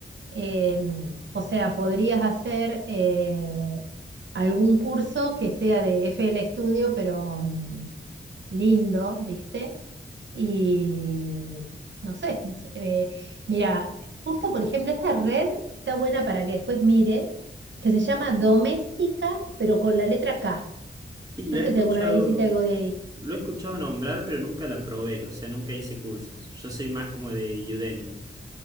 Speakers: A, on the right (about 75°); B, on the right (about 20°).
A: eh, o sea, podrías hacer eh, algún curso que sea de FL Studio, pero mm, lindo, ¿viste? Y no sé, es- eh, mira, justo por ejemplo, esta red está buena para que después mires, que se llama Doméstica, pero con la letra K.
B: Sí, lo
A: No sé
B: he escuchado,
A: si alguna vez hiciste algo de ahí.
B: lo he escuchado nombrar, pero nunca la probé, o sea, nunca hice cursos. Yo soy más como de Udemy,